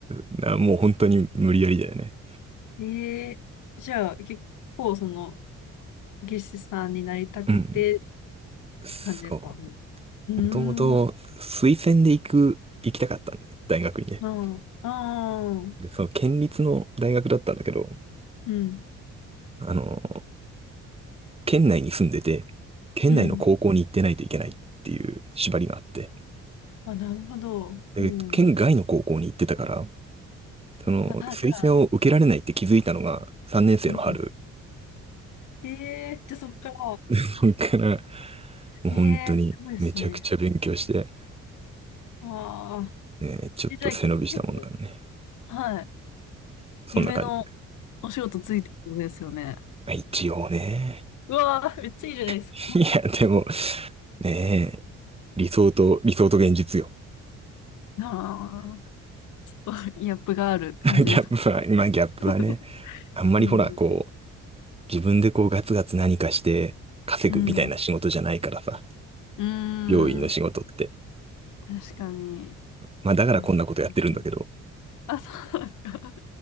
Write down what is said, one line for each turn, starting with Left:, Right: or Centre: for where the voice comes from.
Right: なもう本当に無理やりだよね。
Left: ええじゃあ、結構、その、技師さんになりたくてっ
Right: うん。そう。
Left: て感じですかうん。うーん、
Right: もともと推薦で行く、行きたかったんで、大学にね。
Left: ああ、ああ、
Right: でその県立の大学だったんだけど、
Left: うん、
Right: あの、県内に住んでて、県内の高校に行ってないといけないっていう縛りがあって、
Left: うん。あ、なるほど。
Right: で、
Left: うん。
Right: 県外の高校に行ってたから、その、
Left: あ、
Right: 推薦を受けられないって気づいたのが3年生の春。
Left: じゃあ、うん。ええじゃあそっから、
Right: <laughs> そっから、もう本当にめちゃくちゃ勉強して、
Left: ええすごいですね。ああ。
Right: ね、ちょっと背伸びしたもんだからね。
Left: え、じゃあ結局、はい。
Right: そんな感じ。
Left: 夢のお仕事ついてるんですよね。
Right: まあ一応ね。
Left: うわあ、めっちゃいいじゃないですか。
Right: <laughs> いや、でも、ねえ、理想と、理想と現実よ。
Left: ああ、ちょっとギャップがある感じですか。
Right: <laughs> ギャップは、まあギャップはね、
Left: <laughs>
Right: あんまりほら、
Left: うん。
Right: こ自分でこうガツガツ何かして稼ぐみたいな仕事じゃないからさ、
Left: うん。うん。
Right: 病院の仕事って。
Left: 確かに。
Right: まあだからこんなことやってるんだけど、
Left: あ、面白いあ、そうなんですか。